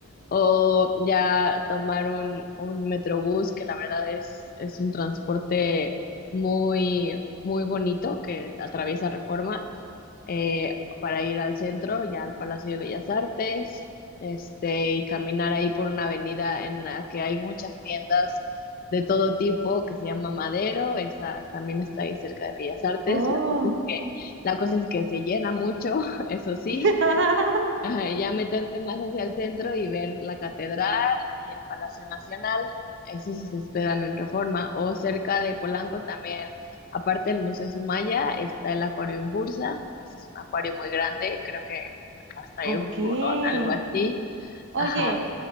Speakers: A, on the left; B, on the right.
A: o ya tomar un, un metrobús, que la verdad es, es un transporte muy, muy bonito que atraviesa Reforma eh, para ir al centro, ya al Palacio de Bellas Artes, este, y caminar ahí por una avenida en la que hay muchas tiendas de todo tipo, que se llama Madero, esa también está ahí cerca de Bellas Artes.
B: Oh,
A: La cosa es que, la cosa es que se llena mucho, <laughs> eso sí,
B: <laughs>
A: Ajá, y ya meterte más hacia el centro y ver la catedral y el Palacio Nacional, eso sí se esperan en Reforma, o cerca de Polanco también, aparte del Museo Sumaya, está el Acuarium Bursa, ese es un acuario muy grande, creo que hasta
B: ok.
A: hay un tiburón, algo así,
B: Oye,
A: ajá,